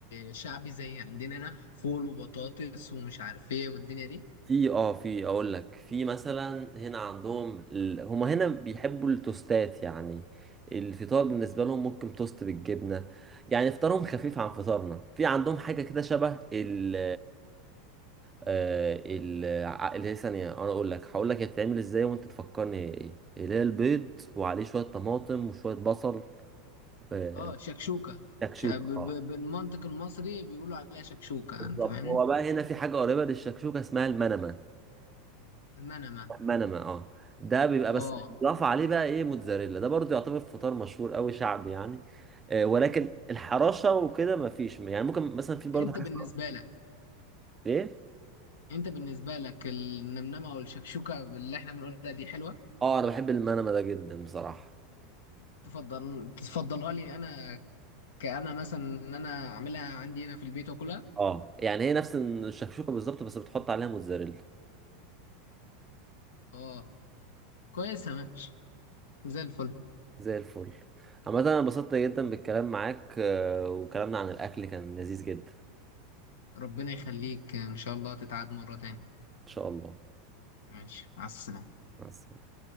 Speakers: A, on the left (about 80°); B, on the right (about 20°).
A: شعبي زي عندنا هنا فول وبطاطس ومش عارف إيه والدنيا دي
B: في اه في اقول لك في مثلا هنا عندهم ال... هما هنا بيحبوا التوستات يعني الفطار بالنسبه لهم ممكن توست بالجبنه يعني فطارهم خفيف عن فطارنا في عندهم حاجه كده شبه ال آه، ال ع- اللي هي ثانيه انا اقول لك هقول لك هي بتتعمل ازاي وانت تفكرني هي ايه اللي هي البيض وعليه شويه طماطم وشويه بصل آه،
A: اه شكشوكة
B: شكشوك
A: ش- ب- ب-
B: اه
A: بالمنطق المصري بيقولوا عليها شكشوكة
B: بالظبط
A: أنت فاهمني؟
B: هو بقى هنا في حاجه قريبه للشكشوكه اسمها المنمه
A: المنمة
B: منما اه ده بيبقى بس
A: اه
B: اضاف عليه بقى ايه موتزاريلا ده برضو يعتبر فطار مشهور قوي شعبي يعني آه ولكن الحراشة وكده ما فيش يعني ممكن مثلا في برضو
A: أنت
B: حاجة
A: بالنسبة
B: اسمها
A: لك
B: ايه
A: أنت بالنسبة لك النمنمة والشكشوكة اللي إحنا بنقولها دي حلوة
B: اه انا بحب المنما ده جدا بصراحة
A: تفضل تفضلها لي أنا كأنا مثلا إن أنا أعملها عندي هنا في البيت وأكلها
B: اه يعني هي نفس الشكشوكة بالظبط بس بتحط عليها موتزاريلا
A: اه كويسة ماشي زي الفل
B: زي الفل عامة انا انبسطت جدا بالكلام معاك آه، وكلامنا عن الاكل كان لذيذ جدا
A: ربنا يخليك إن شاء الله تتعاد مرة تاني
B: ان شاء الله
A: ماشي مع السلامة
B: مع السلامة